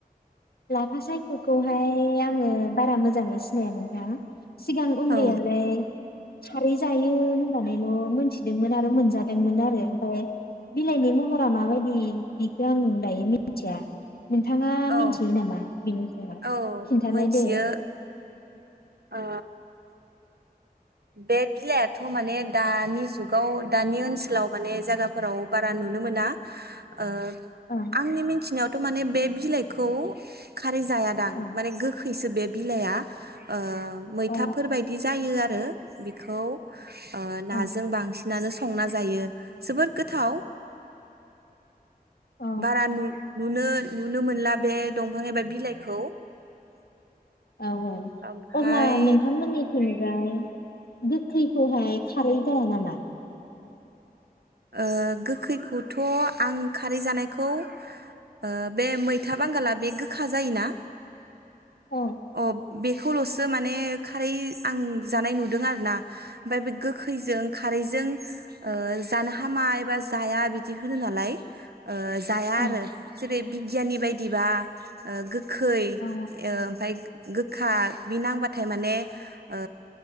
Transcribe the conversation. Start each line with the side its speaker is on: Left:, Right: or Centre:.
Left: लाफा सायख'खौहाय आङो। बारा मोजाङै सिनाया नोंथाङा? सिगां उन्दैयावलाय।
Right: औ
Left: खारै जायो होन होननानैल' मोनथिदोंमोन आरो मोनजादोंमोन आरो ओमफ्राय बिलाइनि महरा माबायदि बिखो आङो दायो मिनथिया। नोंथाङा
Right: औ
Left: मिनथि यो नामा बेनि सायाव
Right: औ
Left: खिन्थालाय
Right: मोनथियो
Left: दे।
Right: ओ। बे बिलाइयाथ' माने दानि जुगाव दानि ओनसोलाव माने जायगाफोराव बारा नुनो मोना। ओ
Left: ओं
Right: आंनि मिनथिनायावथ' माने बे बिलाइखौ। खारै जायादां
Left: ओं
Right: माने गोखैसो बे बिलाइआ ओ मैथाफोर
Left: अ
Right: बायदि जायो आरो आरो बेखौ ओ नाजों
Left: ओं
Right: बांसिनानो सं संना जायो जोबोद गोथाव
Left: औ
Right: बारा नु नुनो-नुनो मोनला बे दंफां एबा बिलाइखौ
Left: औ औ
Right: ओमफाय
Left: अब्ला नोंथांमोननिथिं ओमफ्राय गोखैखौ हाय खारै जाया नामा
Right: ओ गोखैखौथ' आं खारै जानायखौ ओ बे मैथा बांगाला बे गो खा जायोना
Left: औ
Right: अ बे खौल'सो माने खारै आं जानाय नुदों आरोना ओमफ्राय बे गोखैजों खारैजों ओ जानो हा हामा एबा जाया बि दिहुनो नालाय ओ जाया
Left: औ
Right: आरो जेरै बिगियाननि बायदिबा ओ गो खै
Left: औ
Right: ओमफ्राय गोखा बि नांबाथाय माने ओ